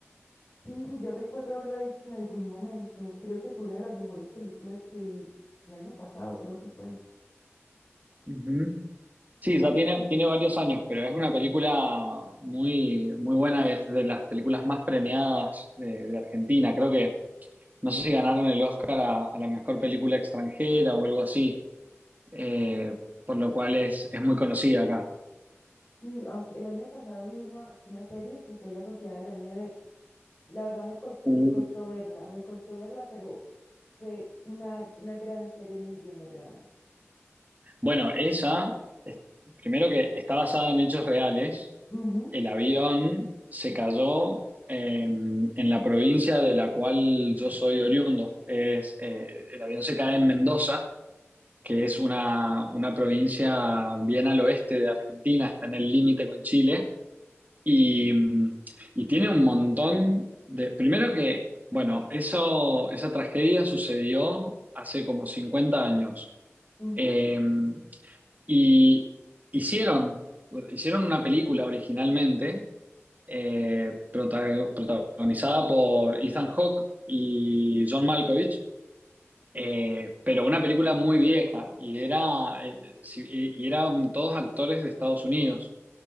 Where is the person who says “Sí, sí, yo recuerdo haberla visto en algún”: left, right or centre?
Left